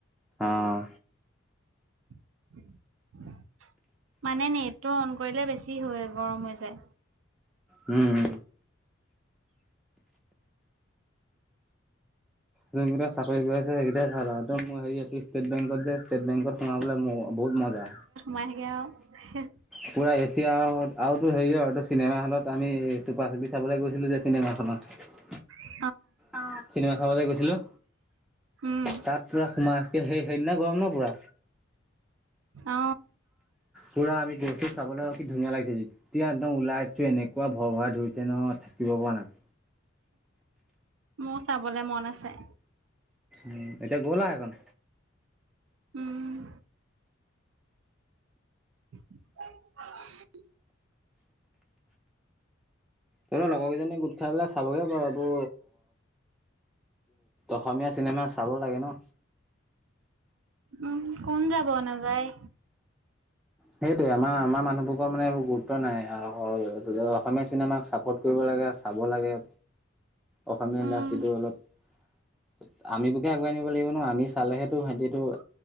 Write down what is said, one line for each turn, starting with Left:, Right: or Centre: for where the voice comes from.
Centre: আহ।
Right: <unintelligible> মানে নেট টো অন কৰিলে বেছি হৈ গৰম হৈ যায়।
Centre: উম। যোনকেইটা চাকৰি কৰি আছে সেইকেইটা তাতে ভাল আৰু মই হেৰি ষ্টেট বেংকত যে ষ্টেট বেংক সোনাবলে মোৰ বহুত মজা।
Right: লাহেকে আও এহে
Centre: পুৰা এ চি। এতিয়া আৰুতো হেৰি আৰু এইটো, চিনেমা হলত আমি চুপাৰ চেটি চাবলৈ গৈছিলোঁ যে চিনেমাখনত
Right: হয়।
Centre: অ চিনেমা চাবলে গৈছিলোঁ।
Right: উম
Centre: তাত পুৰা সোমাই সেই সেইদিনা গৰম ন পুৰা।
Right: অ
Centre: পুৰা আমি গছটো চাবলৈ কি ধুনীয়া লাগিছে। যেতিয়া একদম ওলাইছোঁ এনেকুৱা ভৰ ভৰাই ধৰিছে নহয়। থাকিব পৰা নাই।
Right: মোৰ চাবলে মন আছে।
Centre: উম এতিয়া গ'ল আৰু সেই খন।
Right: উম। <unintelligible>
Centre: তই লগৰ কেইজনীয়ে গোট খাই পেলাই চাবগে পাৰ এইটো। অসমীয়া চিনেমা চাব লাগে ন।
Right: উম কোন যাব নাযায়।
Centre: সেইটোৱে, আমাৰ আমাৰ মানুহবোৰৰ মানে এইবোৰ গুৰুত্ব নাই। <unintelligible> চিনেমাক ছাপৰ্ট কৰিব লাগে, চাব লাগে। অসমীয়া ইণ্ডাষ্ট্ৰীটো
Right: উম
Centre: অলপ আমি বোৰে আগুৱাই নিব লাগিব ন, আমি চালেহে তো সিহতিটো